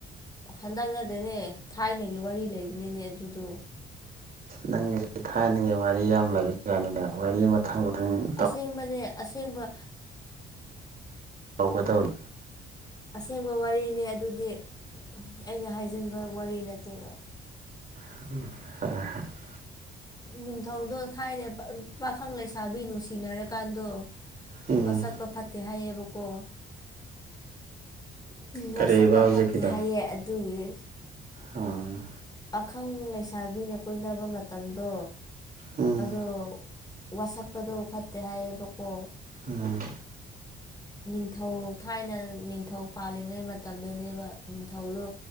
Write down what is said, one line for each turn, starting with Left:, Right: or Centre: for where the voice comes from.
Left: ꯍꯟꯗꯛꯅꯗꯤꯅꯦ ꯊꯥꯏꯅꯒꯤ ꯋꯥꯔꯤ ꯂꯩꯕꯅꯤꯅꯦ ꯑꯗꯨꯗꯣ
Right: ꯅꯪꯒꯤꯁ ꯊꯥꯏꯅꯒꯤ ꯋꯥꯔꯤ ꯌꯥꯝ ꯂꯩꯕ ꯀꯅꯤꯗ ꯋꯥꯔꯤ ꯃꯊꯪ ꯃꯊꯪ ꯇꯧ
Left: ꯑꯁꯦꯡꯕꯅꯦ ꯑꯁꯦꯡꯕ
Right: ꯇꯧꯒꯗꯧꯅꯤ
Left: ꯑꯁꯦꯡꯕ ꯋꯥꯔꯤꯅꯤ ꯑꯗꯨꯗꯤ ꯑꯩꯅ ꯍꯥꯏꯖꯤꯟꯕ ꯋꯥꯔꯤ ꯅꯠꯇꯦꯕ
Right: <unintelligible>
Left: ꯅꯤꯡꯊꯧꯗꯣ ꯊꯥꯏꯅ ꯄꯥꯈꯪ ꯂꯩꯁꯥꯕꯤ ꯅꯨꯡꯁꯤꯅꯔꯀꯥꯟꯗꯣ
Right: ꯎꯝ
Left: ꯋꯥꯁꯛꯄ ꯐꯠꯇꯦ ꯍꯥꯏꯌꯦꯕꯀꯣ ꯃ
Right: ꯀꯔꯤꯕ
Left: ꯁꯛꯄ
Right: ꯍꯧꯖꯤꯛꯀꯤꯗꯣ
Left: ꯐꯠꯇꯦ ꯍꯥꯏꯌꯦ ꯑꯗꯨꯒꯤ
Right: ꯎꯝ
Left: ꯄꯥꯈꯪ ꯂꯩꯁꯥꯕꯤꯅ ꯀꯣꯏꯅꯕ ꯃꯇꯝꯗꯣ
Right: ꯎꯝ
Left: ꯑꯗꯣ ꯋꯥꯁꯛꯄꯗꯣ ꯐꯠꯇꯦ ꯍꯥꯏꯌꯦꯕꯀꯣ
Right: ꯎꯝ
Left: ꯅꯤꯡꯊꯧ ꯊꯥꯏꯅ ꯅꯤꯡꯊꯧ ꯄꯥꯜꯂꯤꯉꯩ ꯃꯇꯝꯗꯅꯦꯕ ꯅꯤꯡꯊꯧꯗꯨꯣ